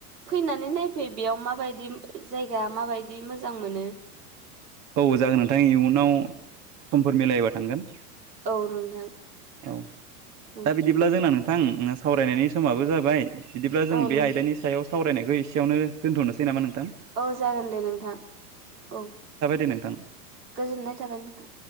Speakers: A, on the right; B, on the right.
A: फैनानै नायफै बेयाव माबायदि जाय या माबायदि मोजां मोनो।
B: औ जागोन नोंथां इयुनाव समफोर मिलायोबा थांगोन।
A: औ नोंथां।
B: औ
A: औ
B: दा बिदिब्ला जोंना नोंथां सावरायनायनि समाबो जाबाय। बिदिब्ला जों
A: औ
B: बे
A: नोंथां
B: आयदानि सायाव सावरायनायखौ एसेयावनो दोनथ'नोसै नामा नोंथां।
A: ओ जागोन दे नोंथां औ।
B: खोनोंथां।
A: गोजोननाय थाबाय नोंथां।